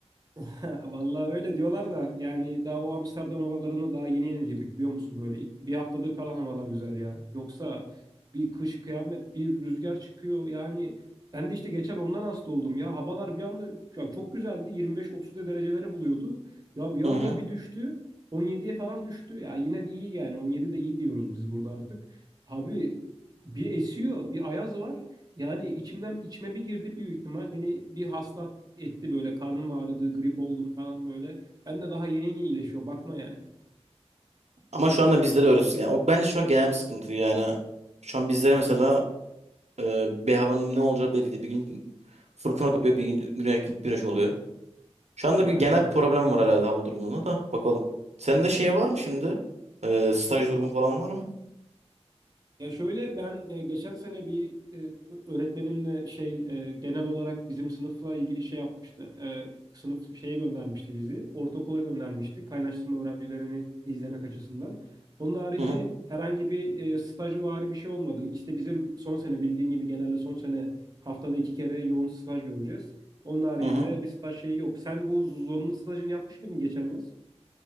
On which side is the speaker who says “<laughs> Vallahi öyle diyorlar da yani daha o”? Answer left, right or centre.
Right